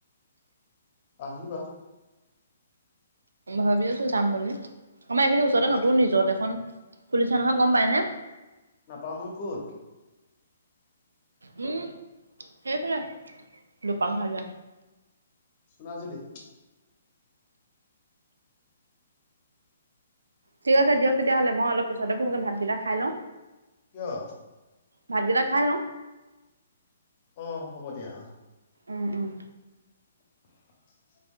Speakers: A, on the left; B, on the right.
A: আহিবা
B: ভাবি আছো যাম বুলি, আমাৰ এইখিনি ওচৰতে নতুন ৰিজৰ্ট এখন খুলিছে নহয় গম পাই নে?
A: নাপাওঁ নহয় ক'ত?
B: উম, সেইফালে দুপাং <unintelligible>
A: চুনাজুলী
B: ঠিক আছে দিয়ক তেতিয়া হ'লে মই অলপ পিছতে ফোন কৰিম ভাতকেইটা খাই লওঁ
A: কিয়?
B: ভাতকেইটা খাই লওঁ
A: অ' হ'ব দিয়া অ'
B: উম, উম
A: <unintelligible>